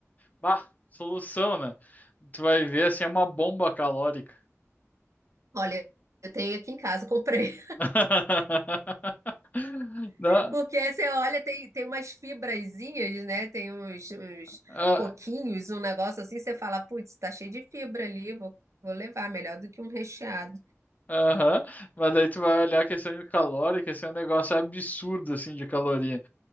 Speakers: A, on the left; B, on the right.
A: Bah, solução, né? Tu vai ver assim, é uma bomba calórica.
B: Olha, eu tenho aqui em casa, comprei.
A: <laughs> Não,
B: Porque você olha, tem, tem umas fibrazinhas, né? Tem uns, uns
A: Ah,
B: coquinhos, um negócio assim, você fala, putz, tá cheio de fibra ali, vou, vou levar, melhor do que um recheado.
A: Aham, Mas daí tu vai olhar a questão de calórica, que esse é um negócio absurdo, assim, de caloria.